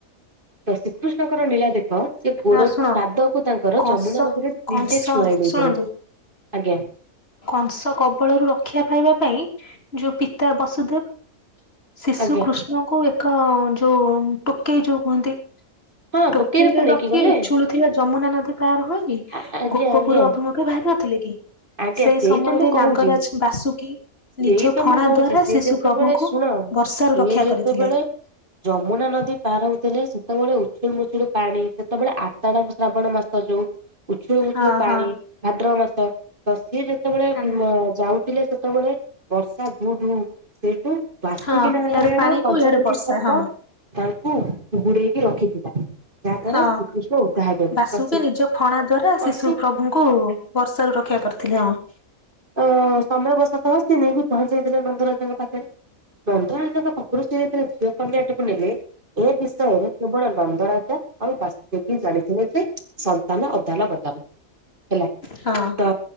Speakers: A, on the right (about 35°); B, on the left (about 45°).
A: ତ ଶ୍ରୀକୃଷ୍ଣଙ୍କର ନୀଳା ଦେଖ? ସେ ଗୋଡ
B: ହଁ ଶୁଣ
A: ପାଦକୁ ତାଙ୍କର
B: କଂସ
A: ଯମୁନା ନଦୀରେ
B: କଂସ
A: ନିଜେ ଛୁଆଇ ଦେଇଥିଲେ,
B: ଶୁଣନ୍ତୁ
A: ଆଜ୍ଞା।
B: କଂସ କବଳରୁ ରକ୍ଷା ପାଇବା ପାଇଁ ଯୋଉ ପିତା ବସୁଦେବ ଶିଶୁ
A: ଆଜ୍ଞା
B: କୃଷ୍ଣଙ୍କୁ ଏକ ଯୋଉ ଟୋକେଇ ଯୋଉ କୁହନ୍ତି।
A: ହଁ
B: ଟୋକେଇରେ
A: ପା ନେଇକି
B: ରଖି
A: ଗଲେ
B: ଉଝୁଳୁଥିବା ଯମୁନା ନଦୀ ପାର ହୋଇକି।
A: ଆ ଆଜ୍ଞା
B: ଗୋପପୁର
A: ଆଜ୍ଞା
B: ଅଭିମୁଖେ ବାହାରି ନଥିଲେ କି?
A: ଆଜ୍ଞା
B: ସେଇ
A: ସେଇଟା
B: ସମୟରେ
A: ମୁଁ କହୁଛି।
B: ନାଗରାଜ ବାସୁକି
A: ସେଇ
B: ନିଜ
A: ତ
B: ଫଣା
A: ମୁଁ କହୁଛି
B: ଦ୍ଵାରା
A: ସିଏ
B: ଶିଶୁ
A: ଯେତେବେଳେ
B: ପ୍ରଭୁଙ୍କୁ
A: ଶୁଣ,
B: ବର୍ଷାରୁ
A: ସିଏ
B: ରକ୍ଷା
A: ଯେତେବେଳେ
B: କରିଥିଲେ।
A: ଯମୁନା ନଦୀ ପାର ହଉଥିଲେ ସେତେବେଳୁ। ଉଛୁଳ ମୁଛୁଳୁ ପାଣି ସେତେବେଳେ ଆଷାଢ ଶ୍ରାବଣ ମାସ ଯୋଉ ଉଛୁଳୁ ମୁଛୁଳୁ
B: ହଁ
A: ପାଣି।
B: ହଁ
A: ଭାଦ୍ରବ ମାସ ତ ସିଏ ଯେତେବେଳେ
B: ହଁ
A: ମ ଯାଉଥିଲେ ସେତେବେଳେ ବର୍ଷା ଟୁ ଟୁ ସେଇଠୁ ବାସୁକୀ
B: ହଁ
A: ନାରାୟଣ
B: ଇଆଡେ ପାଣି
A: ପଞ୍ଚମୁଖୀ
B: କୁ ଇଆଡେ ବର୍ଷା
A: ସର୍ପ
B: ହଁ
A: ତାଙ୍କୁ ଘୁଡେଇକି ରଖିଥିଲା। ଯାହା ଦ୍ଵାରା
B: ହଁ
A: ଶ୍ରୀକୃଷ୍ଣ ଓଦା ହେବେନି
B: ବାସୁକି
A: ତ ସେ
B: ନିଜ ଫଣା ଦ୍ଵାରା
A: କହିଲେ
B: ଶିଶୁ ପ୍ରଭୁଙ୍କୁ ବର୍ଷା ରୁ ରକ୍ଷା କରିଥିଲେ ଆଉ।
A: ତ ସମୟବଶତଃ ସେ ନେଇକି ପହଞ୍ଚେଇଦେଲେ ନନ୍ଦରାଜାଙ୍କ ପାଖରେ। ନନ୍ଦରାଜାଙ୍କ ପାଖରୁ ସେ ଯେତେ ବେଳେ ଝିଅ କନ୍ୟାଟିକୁ ନେଲେ ଏ ବିଷୟରେ କେବଳ ନନ୍ଦ ନନ୍ଦ ରାଜା ଆଉ ବାସୁଦେବୀ ଜାଣିଥିଲେ ଯେ ସନ୍ତାନ ଅଦାଲ ବଦାଲ ହେଲା।
B: ହଁ।
A: ଅ